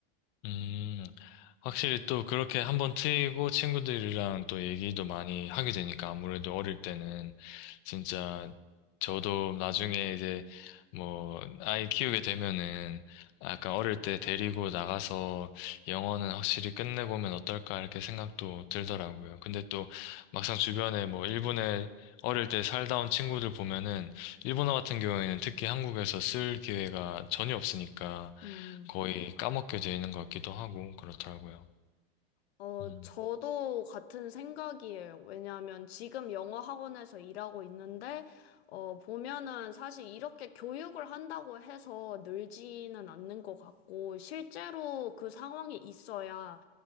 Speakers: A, on the left; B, on the left.
A: 음, 확실히 또 그렇게 한번 트이고 친구들이랑 또 얘기도 많이 하게 되니까 아무래도 어릴 때는 진짜 저도 나중에 이제 뭐 아이 키우게 되면은 아까 어릴 때 데리고 나가서 영어는 확실히 끝내보면 어떨까 이렇게 생각도 들더라고요. 근데 또 막상 주변에 뭐 일본에 어릴 때 살다 온 친구들 보면은 일본어 같은 경우에는 특히 한국에서 쓸 기회가 전혀 없으니까
B: 음.
A: 거의 까먹게 되는 것 같기도 하고 그렇더라고요.
B: 어,
A: 음.
B: 저도 같은 생각이에요. 왜냐하면 지금 영어 학원에서 일하고 있는데, 어, 보면은 사실 이렇게 교육을 한다고 해서 늘지는 않는 것 같고, 실제로 그 상황이 있어야